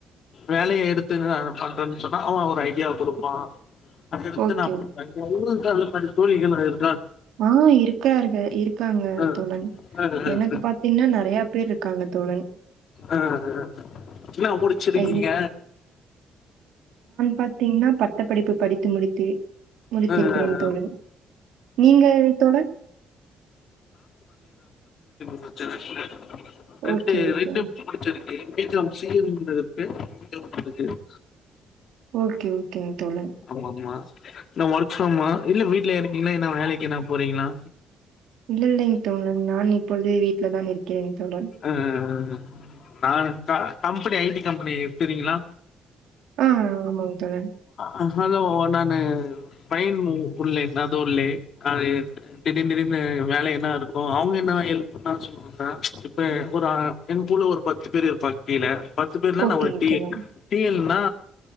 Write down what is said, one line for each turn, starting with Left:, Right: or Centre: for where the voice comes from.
Left: வேலைய எடுத்து நா பண்றன் சொன்னா அவ ஒரு ஐடியா குடுப்பா அதுக்கடுத்து
Right: ஓகே,
Left: நா <unintelligible> தோழிகள் ஏது
Right: ஆஹ் இருக்கறார்க இருக்காங்க
Left: அஹ்
Right: தோழன்
Left: அஹ்
Right: எனக்கு பாத்தீங்ன்னா நெறையா பேர்ருக்காங்க தோழன்
Left: ஆஹ் அஹ் <unintelligible> ல்லா முடிச்சிருக்கீங்க
Right: ஐ பாத்தீங்கனா பட்ட படிப்பு படித்து முடித்து முடித்திருக்கிறேன்
Left: அஹ்
Right: தோழன் நீங்க தோழன்
Left: <unintelligible> ரெண்டு
Right: ஓகே, ஓகேங்க.
Left: ரெண்டு முடிச்சிரு கே பி காம் சி ஏ <unintelligible>
Right: ஓகே ஓ ஓகேங் தோழன்
Left: ஆமாமா. என்ன ஒர்க் ஃப்ரமா இல்ல வீட்லயே இருக்கீங்களா என்னா வேலைக்கு என்னா போறீங்களா
Right: இல்ல இல்லைங் தோழர் நான் இப்பொழுது வீட்ல தான் இருக்கிறேன் தோழன்.
Left: அ அ அ நானு அ கம்பெனி ஐ டி கம்பெனி தெரியுங்களா
Right: அ ஆமாங்க தோழன்
Left: அ ஹலோ நானு பைன் உள்ளேன் அது உள்ளேன் அது திடீர் திடீர்னு வேல என்ன இருக்கும் அவுங்க என்ன ஹெல்ப் பண்ண சொல்லுவாங்க இப்ப ஒரு அ என் கூல ஒரு பத்து பேர் இருப்பாங்க கீழ பத்து பேர்ல
Right: ஓகேங்க
Left: ஒரு டி
Right: தோழன்.
Left: டி எல் ன்னா